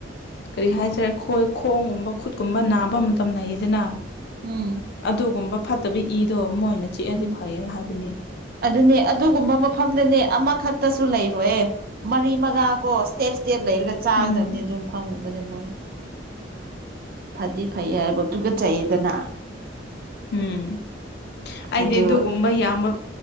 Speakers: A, on the left (about 60°); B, on the right (about 50°).
A: ꯀꯔꯤ ꯍꯥꯏꯁꯦꯔꯥ ꯈꯣꯏ ꯈꯣꯡꯒꯨꯝꯕ ꯈꯨꯠꯀꯨꯝꯕ ꯅꯥꯕ ꯃꯇꯝ ꯂꯩꯌꯦꯗꯅ
B: ꯎꯝ
A: ꯑꯗꯨꯒꯨꯝꯕ ꯐꯠꯇꯕ ꯏꯗꯣ ꯃꯣꯏꯅ ꯆꯤꯛꯑꯗꯤ
B: ꯎꯝ
A: ꯐꯩꯌꯦ ꯍꯥꯏꯕꯅꯤ
B: ꯑꯗꯨꯅꯦ ꯑꯗꯨꯒꯨꯝꯕ ꯃꯐꯝꯗꯅꯦ ꯑꯃꯈꯛꯇꯁꯨ ꯂꯩꯔꯣꯏꯌꯦ ꯃꯔꯤ ꯃꯉꯥ ꯀꯣ ꯏꯁꯇꯦꯞ ꯏꯁꯇꯦꯞ ꯂꯩꯔꯒ ꯆꯥꯒꯗꯕꯅꯤ
A: ꯎꯝ
B: ꯑꯗꯨꯝ ꯐꯪꯉꯨꯕꯗ ꯃꯣꯏ ꯐꯗꯤ ꯐꯩ ꯍꯥꯏꯕ ꯑꯗꯨ ꯇꯨꯒꯠꯆꯩꯌꯦꯗꯅ
A: ꯎꯝ ꯑꯩꯗꯤ
B: ꯑꯗꯨ
A: ꯑꯗꯨꯒꯨꯝꯕ ꯌꯥꯝꯕ